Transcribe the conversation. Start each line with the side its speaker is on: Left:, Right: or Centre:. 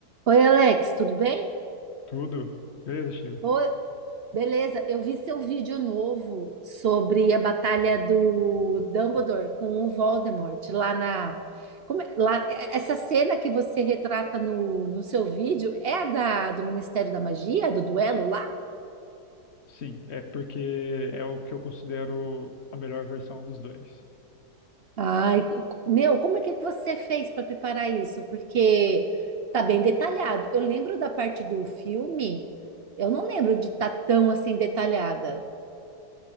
Right: Oi, Alex, tudo bem?
Left: Tudo? Beleza, Sheila?
Right: Oi, beleza, eu vi seu vídeo novo sobre a batalha do Dumbledore com o Voldemort lá na. como é- lá, é- essa cena que você retrata no, no seu vídeo é a da, do Ministério da Magia, do duelo lá?
Left: Sim, é porque é o que eu considero a melhor versão dos dois.
Right: Ai, co- co- meu, como é que que você fez para preparar isso? Porque tá bem detalhado. Eu lembro da parte do filme, eu não lembro de estar tão assim detalhada.